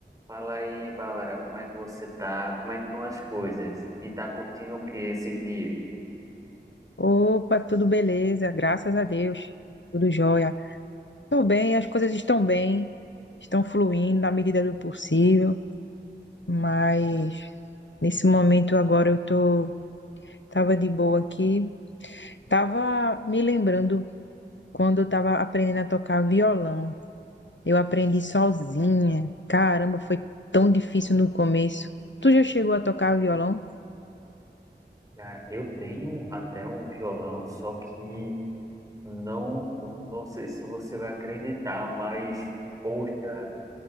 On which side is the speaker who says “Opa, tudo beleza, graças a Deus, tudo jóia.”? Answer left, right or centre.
Left